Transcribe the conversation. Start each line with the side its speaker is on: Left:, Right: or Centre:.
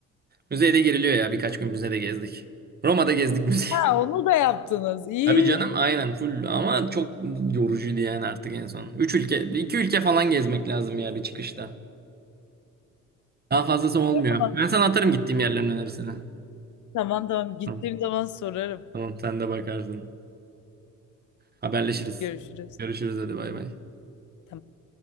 Right: Müzeyde giriliyor ya. Birkaç gün müzede gezdik. Roma'da gezdik müze. <laughs>
Left: Ha onu da yaptınız. İyi.
Right: Tabii canım aynen full ama çok yorucuydu yani artık en son. Üç ülke, iki ülke falan gezmek lazım ya bir çıkışta. Daha fazlası olmuyor.
Left: Tamam
Right: Ben sana atarım gittiğim yerlerin önerisini.
Left: tamam tamam. gittiğim
Right: Tamam,
Left: zaman sorarım.
Right: tamam sen de bakarsın. Haberleşiriz.
Left: Görüşürüz.
Right: Görüşürüz hadi bay bay.
Left: Tamam.